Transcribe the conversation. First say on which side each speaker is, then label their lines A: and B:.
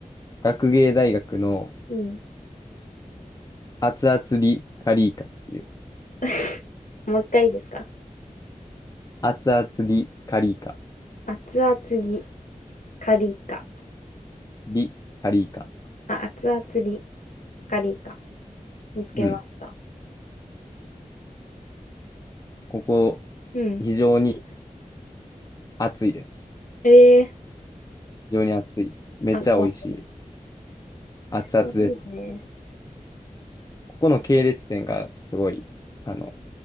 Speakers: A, on the left (about 25°); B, on the left (about 75°).
A: 学芸大学の
B: うん。
A: 熱々リカリーカっていう、
B: <laughs> もう一回いいですか
A: 熱々リカリーカ、
B: 熱々ぎ、カリカ。
A: リカリーカ。
B: あ、熱々り、カリカ。見つけました。
A: うん。ここ、
B: うん。
A: 非常に暑いです。
B: ええ
A: 非常に暑い。めっちゃ美味しい。
B: ー、熱々。
A: 熱々です。
B: おいいね。
A: ここの系列店がすごい、あの、